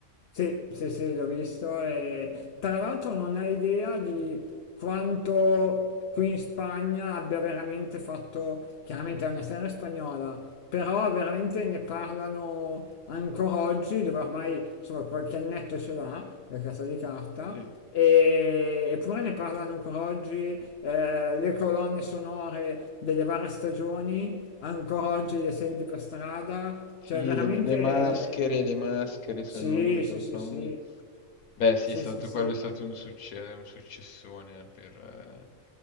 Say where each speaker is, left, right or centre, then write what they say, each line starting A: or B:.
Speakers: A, on the left; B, on the left.
A: Sì, sì, sì, l'ho visto e tra l'altro non hai idea di quanto qui in Spagna abbia veramente fatto, chiaramente è una serie spagnola, però veramente ne parlano ancora oggi, dove ormai insomma qualche annetto ce l'ha, la casa di carta,
B: Sì.
A: e- eppure ne parlano ancora oggi, eh, le colonne sonore delle varie stagioni, ancora oggi le senti per strada,
B: Sì,
A: cioè veramente...
B: le, le maschere, le maschere sono,
A: Sì,
B: sono
A: sì, sì,
B: famose.
A: sì.
B: Beh, sì,
A: Sì,
B: è stato,
A: sì, sì.
B: quello è stato un succe- un successone per, eh,